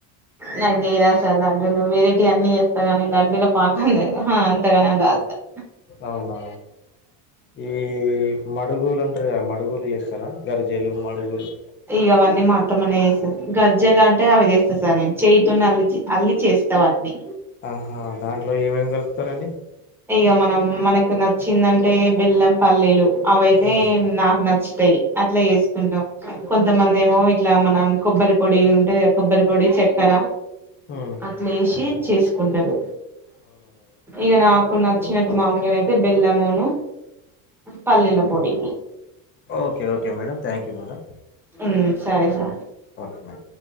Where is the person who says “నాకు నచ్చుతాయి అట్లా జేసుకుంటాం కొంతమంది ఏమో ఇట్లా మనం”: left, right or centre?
Centre